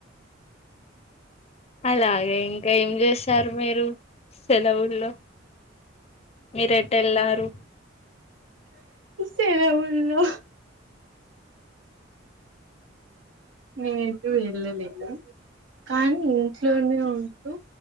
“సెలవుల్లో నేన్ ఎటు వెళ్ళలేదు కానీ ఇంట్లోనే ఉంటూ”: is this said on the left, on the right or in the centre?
Right